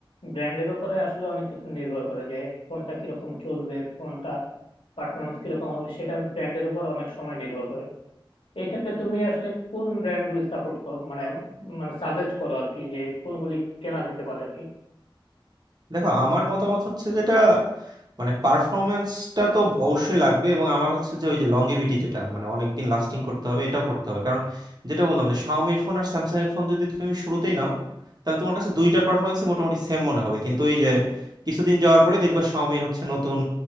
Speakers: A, on the left (about 85°); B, on the right (about 50°).
A: ব্র্যান্ডের উপরে আসলে অনেক কিছু নির্ভর করে যে ফোনটা কিরকম চলবে ফোনটা পারফরমেন্স কিরকম হবে সেটা ব্র্যান্ডের উপর অনেক সময় নির্ভর করে এই ক্ষেত্রে তুমি আসলে কোন ব্র্যান্ডগুলি সাপোর্ট করো মানে মানে সাজেস্ট করো আর কি যে কোনগুলি কেনা যেতে পারে আর কি
B: দেখো আমার মতামত হচ্ছে যেটা মানে পারফরমেন্সটা তো অবশ্যই লাগবে এবং আমার হচ্ছে যে ওই যে লংগেভিটি যেটা মানে অনেকদিন লাস্টিং করতে হবে এটাও করতে হবে কারণ যেটা বললাম যে শাওমির ফোন আর স্যামসাং এর ফোন যদি তুমি শুরুতেই নাও তাহলে তোমার কাছে দুইটার পারফরমেন্সই মোটামুটি সেম মনে হবে কিন্তু ওই যে কিছুদিন যাওয়ার পরে দেখবে শাওমির হচ্ছে নতুন